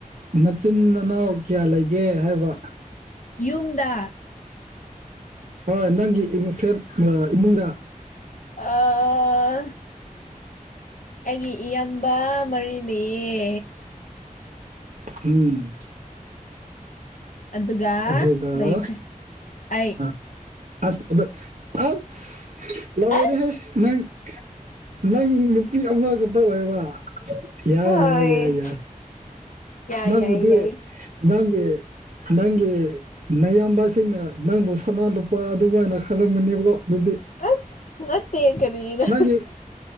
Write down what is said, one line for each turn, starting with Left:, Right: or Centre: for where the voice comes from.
Right: ꯅꯆꯤꯟ ꯃꯅꯥꯎ ꯀꯌꯥ ꯂꯩꯒꯦ ꯍꯥꯏꯕ
Left: ꯌꯨꯝꯗ
Right: ꯍꯣꯏ ꯅꯪꯒꯤ ꯐ ꯏꯃꯨꯡꯗ
Left: ꯑꯥ ꯑꯩꯒꯤ ꯏꯌꯥꯝꯕ ꯃꯔꯤ ꯂꯩꯌꯦ
Right: ꯎꯝ
Left: ꯑꯗꯨꯒ
Right: ꯑꯗꯨꯒ
Left: ꯂꯩꯈ꯭ꯔꯦ ꯑꯩ
Right: ꯑ ꯑꯁꯗ ꯑꯁ ꯂꯣꯏꯔꯦ
Left: ꯑꯁ
Right: ꯅꯪ ꯅꯪ ꯅꯨꯄꯤ ꯑꯃ ꯈꯛꯇ ꯑꯣꯏꯕ ꯌꯥꯏ
Left: ꯍꯣꯏ
Right: ꯌꯥꯏ ꯌꯥꯏ ꯌꯥꯏ
Left: ꯌꯥꯏ
Right: ꯅꯪꯕꯨꯗꯤ
Left: ꯌꯥꯏ ꯌꯥꯏ
Right: ꯅꯪꯒꯤ ꯅꯪꯒꯤ ꯅꯌꯥꯝꯕꯁꯤꯡꯅ ꯅꯪꯕꯨ ꯁꯅꯥ ꯂꯨꯄꯥ ꯑꯗꯨꯃꯥꯏꯅ ꯈꯪꯂꯝꯃꯅꯦꯕꯀꯣ ꯑꯗꯨꯗꯤ
Left: ꯑꯁ ꯅꯥꯠꯇ ꯀꯔꯤꯔ
Right: ꯅꯪꯒꯤ